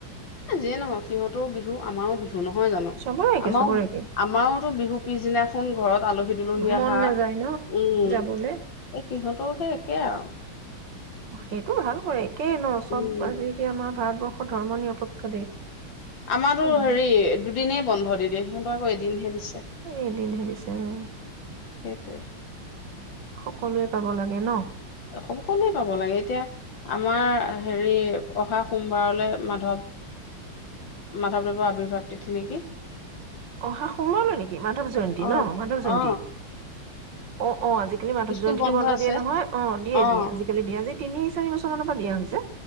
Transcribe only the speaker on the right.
চবৰে একে
চবৰে একে
মন
নাযায় ন
যাবলে।
সেইটো ভাল কৰে। একেই ন'
চব আজিয়া আমাৰ ভাৰতৰ্ব ধৰ্ম নিৰপেক্ষ দেশ।
উম।
এদিন হে দিছে উম!
সকলোৱে পাব লাগে ন,
অহা সোমবাৰলৈ নিকি মাধৱ জয়ন্তী
ন মাধৱ জয়ন্তী
অ' অ' আজিকালি মাধৱ
জয়ন্তীটো বন্ধ
দিয়ে নহয় অ দিয়ে
দিয়ে আজিকালি দিয়ে আজি তিনি চাৰি বছৰ মানৰ পৰা দিয়া হৈছে